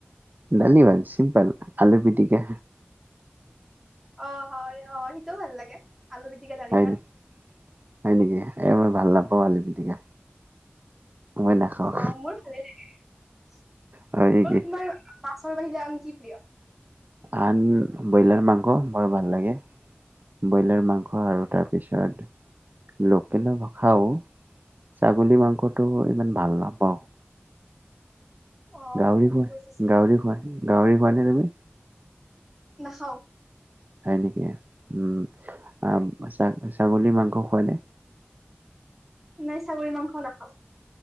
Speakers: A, on the right; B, in the centre.
A: ডালিব চিম্পল, আলু পিটিকা।
B: অ হয় অ সেইটোও ভাল লাগে। আলু পিটিকা, দালি
A: হয়
B: ভাত।
A: নেকি হয় নেকি, এ মই ভাল নাপ পোৱালি পিটিকা মই নাখাওঁ
B: অ মোৰ ভালে লাগে। <inaudible>
A: হয় নেকি
B: অ তোমাৰ মাছৰ বাহিৰে আন কি প্ৰিয়?
A: আন ব্ৰইলাৰ মাংস বৰ ভাল লাগে। ব্ৰইলাৰ মাং ঘ আৰু তাৰ পিছত লোকেল ভ খাও, ছাগলী মাংস ফটো ইমান ভাল নাপাওঁ।
B: অ
A: গাহৰি খুৱাই
B: বুজিছো।
A: গাহৰি খুৱাই গাহৰি খোঁৱা নে তুমি?
B: নাখাও।
A: হয় নেকি? উম।
B: হয়
A: আহ ছা ছাগলী মাংস কয়নে
B: নাই ছাগলী মাংস নাখাওঁ।